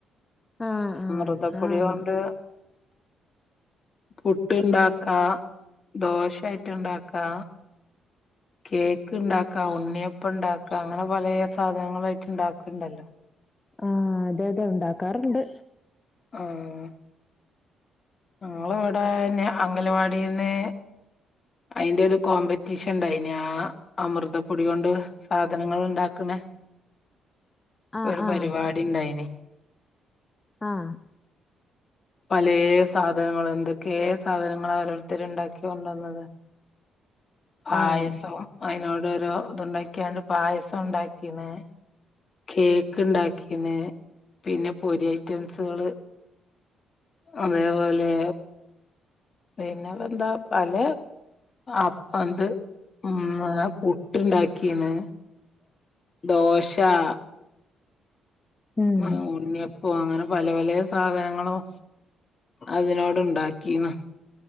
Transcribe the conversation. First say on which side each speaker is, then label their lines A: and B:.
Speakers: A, on the left (about 25°); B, on the left (about 45°).
A: ആഹ് ആഹ്
B: അമൃതപ്പൊടി
A: ആഹ്
B: കൊണ്ട് പുട്ട് ഇണ്ടാക്കാ ദോശയായിറ്റ് ഇണ്ടാക്കാ, കേക്ക് ഇണ്ടാക്കാ, ഉണ്ണിയപ്പ ഇണ്ടാക്കാ, അങ്ങനെ പലേ സാധനങ്ങളായിറ്റ് ഇണ്ടാക്ക്ണ്ടല്ലോ.
A: ആഹ് അതെ അതെ ഇണ്ടാക്കാറണ്ട്.
B: ആഹ് ഞങ്ങളെ ഇവിടെ അംഗലവാടീന്ന് അയിന്റെ ഒരു കോമ്പറ്റീഷൻ ഇണ്ടായിന് ആ അമൃതപ്പൊടി കൊണ്ട് സാധനങ്ങള് ഇണ്ടാക്കണെ
A: ആഹ്
B: ഒരു പരിപാടി
A: ആഹ്
B: ഇണ്ടായിനി
A: ആഹ്
B: പലേ സ് സാധനങ്ങള് എന്തൊക്കെയെ സാധനങ്ങള് ഓരോരുത്തര്ണ്ടാക്കി കൊണ്ടു വന്നത്. പായസം
A: ആഹ്
B: അയിനോട് ഓരോ ഇത്ണ്ടാക്കിയാണ്ട് പായസം ഇണ്ടാക്കീന് കേക്ക് ഇണ്ടാക്കീണ് പിന്നെ പൊരി ഐറ്റംസുകള് അതേപോലെ പിന്നെ എന്താ പല അപ്പന്ത് ഉം പുട്ടുണ്ടാക്കീണ്. ദോശാ
A: ഉം
B: മാ ഉണ്ണിയപ്പം അങ്ങനെ പല പലേ സാധനങ്ങളും അതിനോണ്ട് ഇണ്ടാക്കീണ്